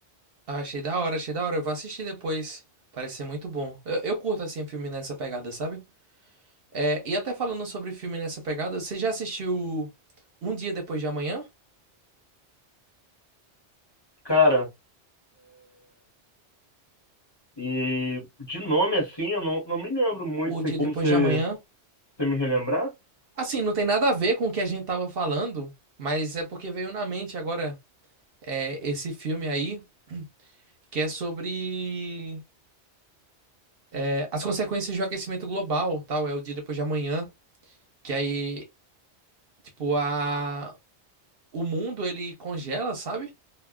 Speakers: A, on the right; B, on the left.
A: Ah, achei da hora, achei da hora, eu vou assistir depois, parece ser muito bom, eu, eu curto, assim, filme nessa pegada, sabe? É, e até falando sobre filme nessa pegada, você já assistiu Um Dia Depois de Amanhã?
B: Cara, E de nome assim, eu não, não me lembro muito,
A: O
B: tem
A: Dia
B: como
A: Depois
B: você,
A: de Amanhã?
B: você me relembrar?
A: Assim, não tem nada a ver com o que a gente tava falando, mas é porque veio na mente agora é, esse filme aí, que é sobre é, as consequências do aquecimento global, tal, é o Dia Depois de Amanhã, que aí, tipo, a... o mundo ele congela, sabe?